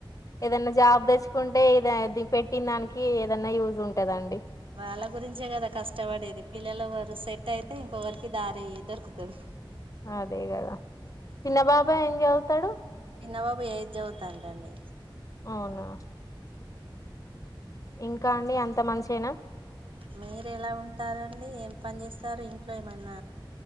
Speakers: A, on the left; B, on the right.
A: ఏదైనా జాబ్ తెచ్చుకుంటే ఇది పెట్టిన దానికి ఏదనా యూజ్ ఉంటాదండి
B: వాళ్ళ గురించే కదా కష్టపడేది పిల్లల వరు సెట్ అయితే ఇంకొకరికి దారి దొరుకుతది
A: అదే కదా చిన్నబాబా ఏం చదువుతాడు
B: చిన్నబాబు ఏ చదువుతాంటండి
A: అవునా ఇంకా అండి ఎంత మంచేనా
B: మీరు ఎలా ఉంటారండి ఏం పని చేస్తారు ఇంట్లో ఏమన్న